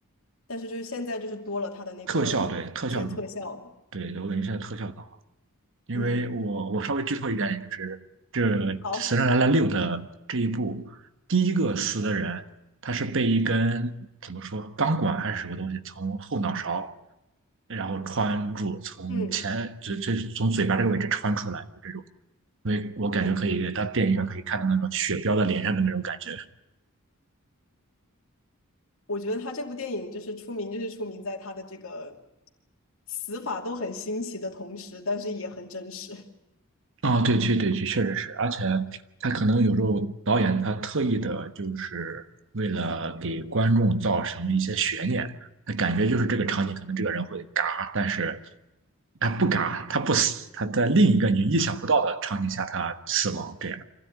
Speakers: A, on the left; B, on the right.
A: 但是就是现在就是多了它的那个一体的特效，
B: 特效对特效对，我感觉现在特效更好，因为我我稍微剧透一点，
A: 嗯，
B: 就是这
A: 好，
B: 《死神来了六》的这一部，第一个死的人，他是被一根怎么说钢管还是什么东西从后脑勺，然后穿住，从前这这从嘴巴这个位置穿出来，
A: 嗯，
B: 就这种，因为我感觉可以到电影院可以看到那种血飙在脸上的那种感觉。
A: 我觉得他这部电影就是出名，就是出名在他的这个死法都很新奇的同时，但是也很真实，
B: 啊，对去，对去，确实是，而且他可能有时候导演他特意的，就是为了给观众造成一些悬念，他感觉就是这个场景可能这个人会嘎，但是他不嘎，他不死，他在另一个你意想不到的场景下他死亡，这样。